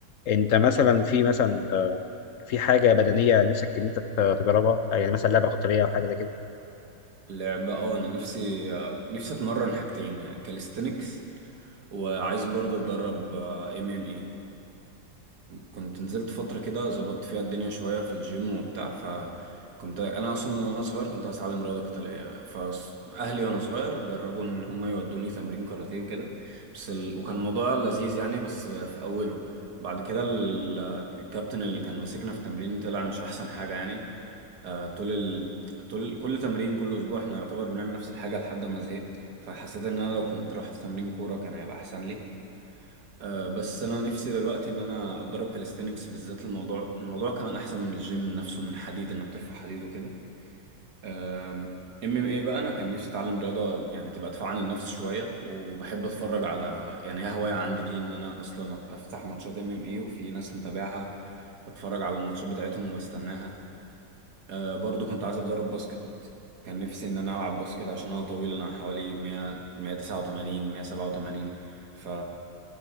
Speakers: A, on the left (about 65°); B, on the right (about 70°).
A: انت مثلا في مثلا آه، في حاجه بدنيه نفسك ان انت ت- تجربها يعني مثلا لعبه قتاليه او حاجه زي كده
B: لعبة اه انا نفسي آه، نفسي اتمرن حاجتين يعني كاليستنكس وعايز برضو اتدرب ام ام اي كنت نزلت فترة كده ظبطت فيها الدنيا شوية في الجيم وبتاع فكنت انا اصلا من وانا صغير كنت عايز اتعلم رياضة قتالية فاهلي وانا صغير جربوا ان هم يودوني تمرين كاراتيه وكده بس ال... وكان الموضوع لذيذ يعني بس في اوله بعد كده ال- الكابتن اللي كان ماسكنا في التمرين طلع مش احسن حاجة يعني آه، طول طول كل تمرين كل اسبوع احنا يعتبر بنعمل نفس الحاجه لحد ما زهقت فحسيت ان انا لو كنت رحت تمرين كوره كان هيبقى احسن لي أه بس انا نفسي دلوقتي ان انا اتدرب كاليستينكس بالذات الموضوع الموضوع كمان احسن من الجيم نفسه من حديد انك ترفع حديد وكده ام ام اي بقى انا كان نفسي اتعلم رياضه يعني تبقى دفاع عن النفس شويه وبحب اتفرج على يعني هي هوايه عندي دي ان انا اصلا افتح ماتشات ام ام اي وفي ناس متابعها بتفرج على الماتشات بتاعتهم وبستناها آه برضو كنت عايز اتدرب باسكت كان نفسي ان انا العب باسكت عشان انا طويل انا حوالي 100 189 187 ف